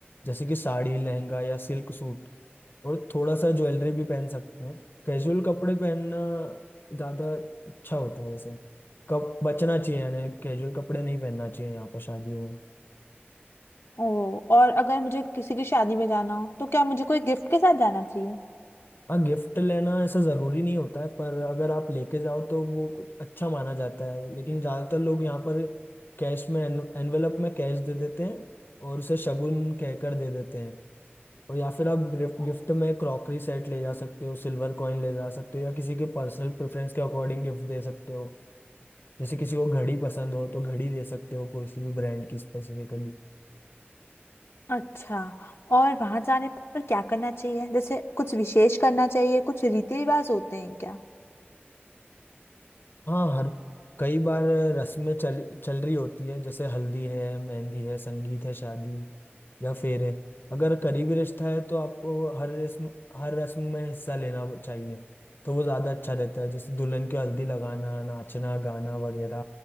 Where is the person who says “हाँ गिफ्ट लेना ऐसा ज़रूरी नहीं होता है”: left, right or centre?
Left